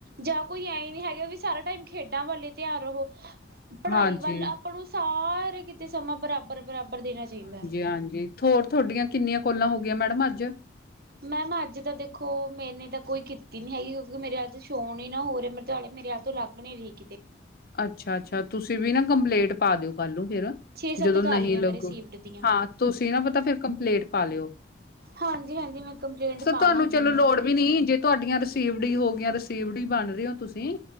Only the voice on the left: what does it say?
ਹਾਂਜੀ।
ਹਾਂਜੀ। ਹੋਰ ਤੋਡੀਆਂ ਕੀਨੀਆਂ ਕੋਲਾਂ ਹੋ ਗਈਆਂ ਮੈਡਮ ਅੱਜ?
ਅੱਛਾ-ਅੱਛਾ, ਤੁਸੀਂ ਵੀ ਨਾ ਕੰਪਲੇਂਟ ਪਾ ਦੇਓ ਕੱਲ ਨੂੰ ਫੇਰ
ਜਦੋਂ
ਨਹੀ
ਲੱਗੂ,
ਹਾਂ ਤੁਸੀਂ ਨਾ ਪਤਾ ਫੇਰ ਕੰਪਲੇਂਟ ਪਾ ਲੇਓ।
ਤੁਹਾਨੂੰ ਚਲੋ
ਲੋੜ ਵੀ ਨੀ, ਜੇ ਧਾਡੀਆਂ ਰਸੀਵਡ ਈ ਹੋ ਗੀਆਂ ਰਸੀਵਡ ਈ ਬਨ ਦੇ ਓ ਤੁਸੀ।